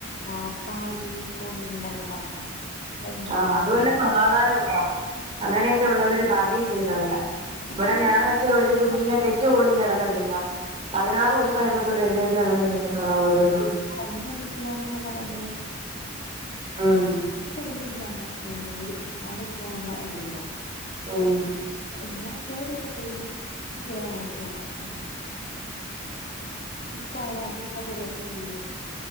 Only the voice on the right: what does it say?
ആഹ് അത്
കൊണ്ട് സമാധാനം ഉണ്ട് അങ്ങനെയൊക്കെ
ഉള്ളവര് ഭാഗ്യം ചെയ്തവരാ
ഇവിടെ
ഞാനൊക്കെ ഒരു
കുഞ്ഞിനെ
പെറ്റു പോലും കിടന്ന ട്ടില്ല പതിനാറ് ദിവസം
ആയപ്പോ തൊട്ട് എഴുന്നേറ്റ് നടന്ന് ചെയ്യുന്നതാ ഓരോ ജോലി.
ആഹ്
ഉം